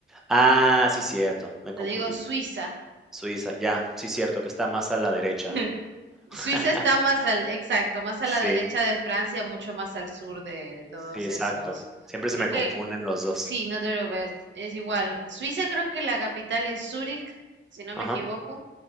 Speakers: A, in the centre; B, on the right.
A: Ah, sí, cierto, me confundí.
B: Te digo Suiza.
A: Suiza, ya, sí, cierto, que está más a la derecha.
B: <laughs> Suiza
A: <laughs>
B: está más al, exacto, más a la
A: Sí,
B: derecha de Francia, mucho más al sur de, de todos
A: sí, exacto.
B: esos.
A: Siempre se
B: Creo
A: me
B: que
A: confunden los dos
B: sí, no te preocupes, es igual. Suiza creo que la capital es Zúrich, si no
A: Ajá,
B: me equivoco.